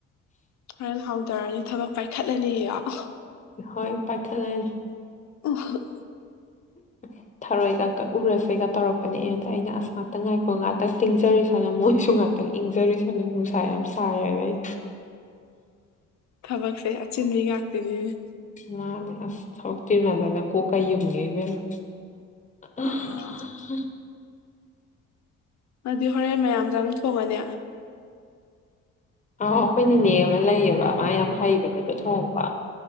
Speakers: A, on the left; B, on the left.
A: ꯍꯣꯔꯦꯟ ꯍꯥꯎꯊꯔꯅꯤ ꯊꯕꯛ ꯄꯥꯏꯈꯠꯂꯅꯤꯌ‌ꯣ
B: ꯍꯣꯏ ꯄꯥꯏꯈꯠꯂꯅꯤ
A: ꯑꯍ‌ꯣ
B: <inaudible> ꯊꯔꯣꯏꯒ ꯀꯛꯎꯔꯁꯦꯒ ꯇꯧꯔꯛꯄꯅꯦ ꯑꯗꯨꯗ ꯑꯩꯅ ꯑꯁ ꯉꯥꯛꯇ ꯉꯥꯏꯈꯣ ꯉꯥꯛꯇ ꯇꯤꯡꯖꯔꯤꯁꯅꯨ ꯃꯣꯏꯁꯨ ꯉꯥꯛꯇꯪ ꯏꯪꯖꯔꯤꯁꯅ ꯅꯨꯡꯁꯥ ꯌꯥꯝ ꯁꯥꯏꯕ ꯑꯩ
A: ꯊꯕꯛꯁꯦ ꯑꯆꯤꯟꯕꯤ ꯉꯥꯛꯇꯅꯤꯅꯦ
B: ꯃꯥꯅꯦ ꯑꯁ ꯊꯕꯛꯇꯤ ꯌꯥꯝꯃꯟꯗꯅ ꯀꯣꯛ ꯀꯥ ꯌꯨꯡꯉ‌ꯦ ꯏꯕ‌ꯦꯝꯃꯥ ꯑ-ꯍ-ꯍ-ꯍ
A: ꯑꯥ ꯑꯗꯨꯗꯤ ꯍꯣꯔꯦꯟ ꯃꯌꯥꯝꯗꯪ ꯊꯣꯡꯉꯅꯤ
B: ꯑꯥ ꯑꯩꯈꯣꯏ ꯅꯤꯅꯦ ꯍ‌ꯣꯏ ꯂꯩꯌꯦꯕ ꯃꯥ ꯌꯥꯝ ꯍꯩꯕꯅꯦꯕ ꯊꯣꯡꯕ